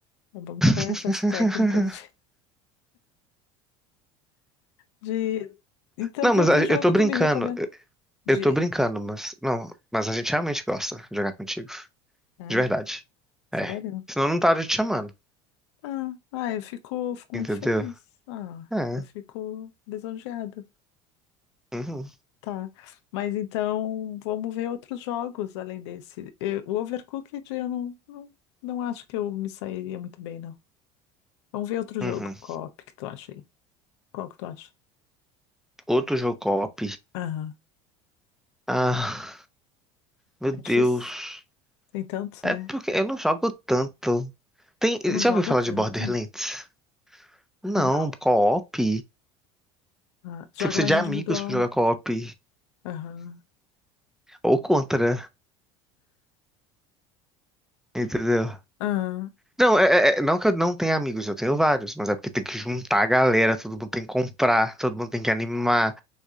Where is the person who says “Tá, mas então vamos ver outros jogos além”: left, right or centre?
Left